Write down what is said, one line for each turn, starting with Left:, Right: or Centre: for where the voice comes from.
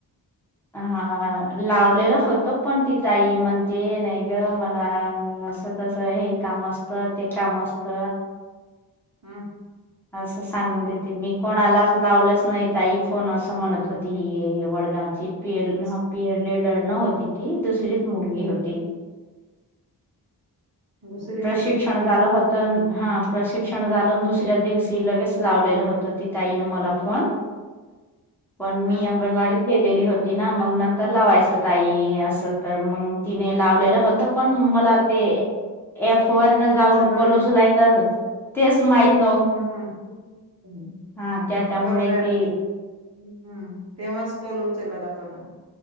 Centre: हा लावलेला होतो पण ती ताई म्हणते नाही ग मला तस तस हे काम असतं ते काम असत
Right: हम्
Centre: असं सांगून देते मी कोणाला लावलंच नाही ताई फोन असं म्हणत होती ही वडगावची पी एल
Right: असं
Centre: ह पी न होती ती दुसरीच मुलगी होती
Right: दुसरी
Centre: प्रशिक्षण
Right: होती का
Centre: झालं होत तर हा प्रशिक्षण झालं दुसऱ्या दिवशी लगेच लावलेलं होतं ति ताईने मला फोन
Right: <inaudible>
Centre: पण
Right: हम्म
Centre: मी अंगणवाडी गेलेली होती ना मग नंतर लावायचं ताई असं तर मग तिने लावलेलं होत आता पण मला ते ॲप वर जाऊन
Right: उचलला
Centre: कॉल उचलायच
Right: एप्स
Centre: तेच माहिती
Right: हम्म <unintelligible>
Centre: हा त्याच्यामुळे
Right: जा
Centre: ती
Right: हम्म तेव्हाच कोल उचलला जातो ना